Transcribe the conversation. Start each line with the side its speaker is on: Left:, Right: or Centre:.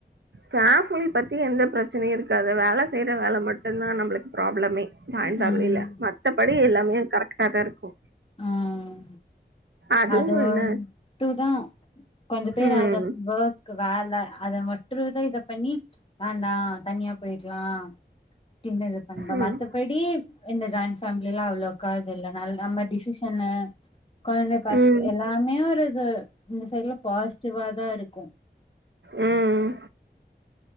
Right: பேமிலி பத்தி எந்த பிரச்சனையு இருக்காது வேல செய்யற வேல மட்டுந்தா நம்மளுக்கு ப்ராப்ளமே ஜாயின்
Left: ம்
Right: பேமிலி ல மத்தபடி எல்லாமே கரெக்ட்டா தா இருக்கு
Left: ம்
Right: அதுவு
Left: அது
Right: என்ன
Left: டு தா கொஞ்ச பேர்
Right: ம்
Left: அத போ க்கு வேல அத மட்டு ரூஜா இத இத பண்ணி வேண்டா தனியா போயிடலா டின்ன இது பண்றோ
Right: ம்
Left: மத்தப டி இந்த ஜாயின் ஃபேமிலிலலா அவளோக்கா இது இல்ல நாலு நம்ப டிசிஷனு கோ பாத்துக்க
Right: ம்
Left: எல்லாமே ஒரு இது இந்த சைட்ல பாசிட்டிவா தா இருக்கு
Right: ம் ம்